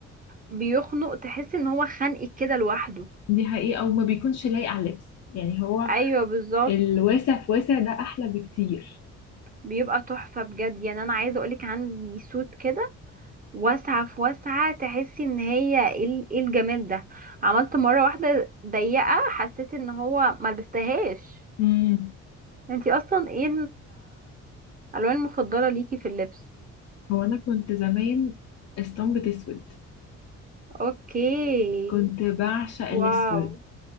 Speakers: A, on the right (about 30°); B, on the left (about 60°).
A: بيخنق تحس ان هو خانقك كده لوحده
B: <laughs> دي حقيقه او ما بيكونش لايق على اللبس يعني هو
A: ايوه بالظبط
B: الواسع في واسع ده احلى بكتير
A: بيبقى تحفة بجد يعني انا عايزة اقولك عندي سوت كده واسعة في واسعة تحسي ان هي ايه ال- إيه الجمال ده عملت مرة واحدة ضيقة حسيت ان هو ملبستهاش
B: امم
A: انتي اصلا ايه الالوان المفضلة ليكي في اللبس
B: هو انا كنت زمان اسطمبة اسود
A: اوكي
B: كنت بعشق الاسود
A: واو